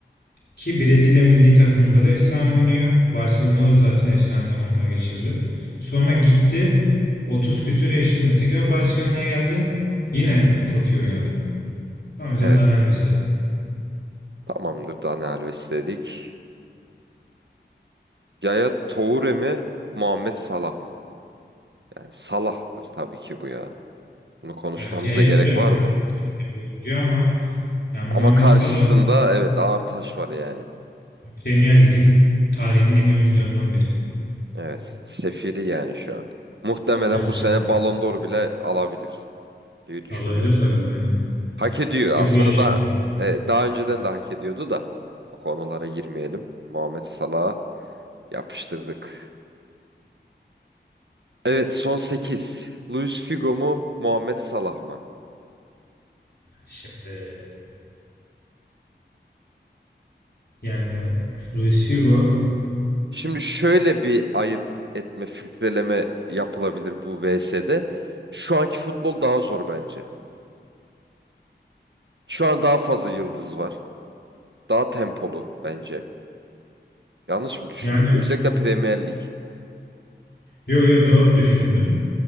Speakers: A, on the left; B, on the right.
A: Ki Brezilya milli takımında da efsane oynuyor. Barcelona'da zaten efsane zamanlar geçirdi. Sonra
B: Evet.
A: gitti 30 küsür yaşında tekrar Barcelona'ya geldi. Yine çok iyi oynadı. O yüzden
B: Evet.
A: Dani Alves derim.
B: Tamamdır Dani Alves dedik. Yaya Toure mi, Muhammed Salah mı? Yani Salah'tır tabii ki bu ya. Bunu konuşmamıza
A: Evet, Yaya
B: gerek
A: Toure
B: var
A: de çok
B: mı?
A: iyi bir oyuncu ama yani
B: Ama
A: Muhammed
B: karşısında
A: Salah
B: evet ağır taş var yani.
A: Premier Lig'in tarihinin en iyi oyuncularından biri.
B: Evet, sefiri yani şu an. Muhtemelen
A: Kesinlikle.
B: bu sene Ballon d'Or bile alabilir diye düşünüyorum.
A: Olabilir tabii aynen.
B: Hak ediyor.
A: Ki
B: Aslında
A: bu ya şimdi.
B: da, e, daha önceden de hak ediyordu da. O konulara girmeyelim. Muhammed Salah'a yapıştırdık. Evet, son 8. Luis Figo mu, Muhammed Salah mı?
A: Şimdi yani Luis Figo
B: Şimdi şöyle bir ayırt etme, filtreleme yapılabilir bu VS'de. Şu anki futbol daha zor bence. Şu an daha fazla yıldız var. Daha tempolu bence. Yanlış mı düşündün?
A: yani
B: Özellikle Premier Lig.
A: yo yo doğru düşündün.